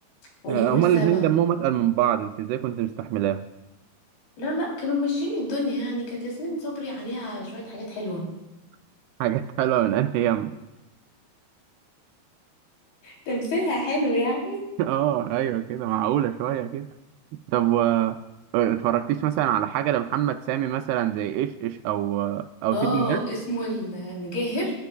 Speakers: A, on the left; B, on the right.
A: ونيكول
B: آه، هما
A: سابا
B: الاثنين دمهم اتقل من بعض انت ازاي كنت مستحملاها
A: لا لا كانوا ماشيين الدنيا يعني كانت ياسمين صبري عليها شوية حاجات حلوة
B: <laughs> حاجات حلوة من انهي
A: تمثيلها حلو يعني
B: <laughs> اه ايوه كده معقولة شوية كده طب و ما اتفرجتيش مثلا على حاجة لمحمد سامي مثلا زي ايش ايش او آه، او
A: اه
B: سيد الناس
A: اسمه المجاهر